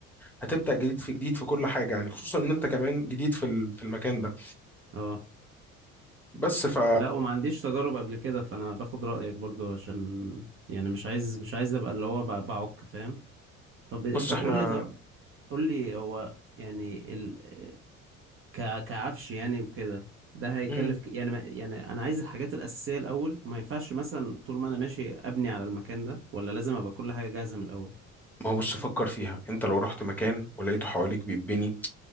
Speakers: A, in the centre; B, on the right.
A: هتبدأ جديد في جديد في كل حاجة يعني خصوصا ان انت كمان جديد في ال- في المكان ده
B: اه
A: بس ف
B: لا وما عنديش تجارب قبل كده فانا باخد رأيك برضو عشان يعني مش عايز مش عايز ابقى اللي هو ب- بعك فاهم طب
A: بص
B: طب
A: احنا
B: قول لي طب قول لي هو يعني ال... ك... كعفش يعني وكده ده هيكلف
A: مم.
B: ك... يعني ما... يعني انا عايز الحاجات الأساسية الأول ما ينفعش مثلا طول ما انا ماشي ابني على المكان ده ولا لازم ابقى كل حاجة جاهزة من الأول
A: ما هو بص فكر فيها انت لو رحت مكان ولقيته حواليك بيتبني